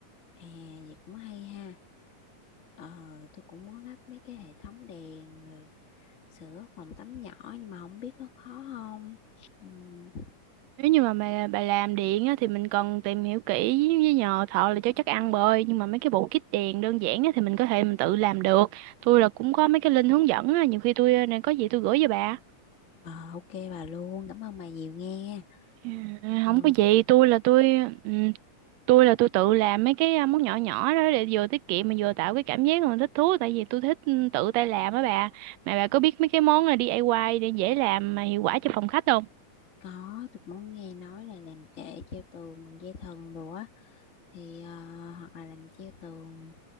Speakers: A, on the left; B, on the right.
A: à vậy cũng hay ha ờ tôi cũng muốn lắp mấy cái hệ thống đèn rồi sửa phòng tắm nhỏ nhưng mà không biết có khó không Ừm,
B: Nếu như mà bà, bà làm điện á, thì mình cần tìm hiểu kỹ với nhờ thợ là cho chắc ăn bơi nhưng mà mấy cái bộ kit đèn đơn giản á, thì mình có thể mình tự làm được. Tôi là cũng có mấy cái link hướng dẫn á, nhiều khi tôi à, này có gì tôi gửi cho bà.
A: ờ ok bà luôn cảm ơn bà nhiều nghe
B: Ừ,
A: ờ
B: không có gì tôi là tôi ừ, tôi là tôi tự làm mấy cái à, món nhỏ nhỏ đó để vừa tiết kiệm mà vừa tạo cái cảm giác mà thích thú tại vì tôi thích ừ, tự tay làm á bà mà bà có biết mấy cái món là DIY để dễ làm mà hiệu quả cho phòng khách không
A: có tôi cũng muốn nghe nói là làm kệ treo tường bằng dây thần đồ á thì ờ, hoặc là làm treo tường